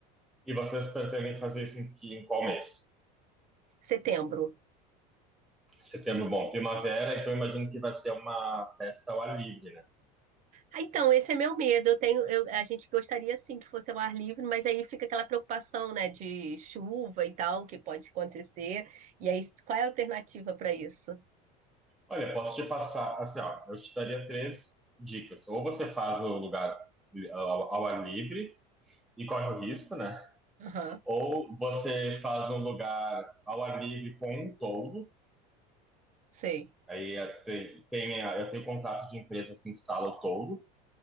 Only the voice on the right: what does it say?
Setembro.
Ah, Então, esse é meu medo. Eu tenho, eu- a gente gostaria sim que fosse ao ar livre, mas aí fica aquela preocupação, né, de chuva e tal, que pode acontecer. E aí, qual é a alternativa para isso?
Aham,
sei.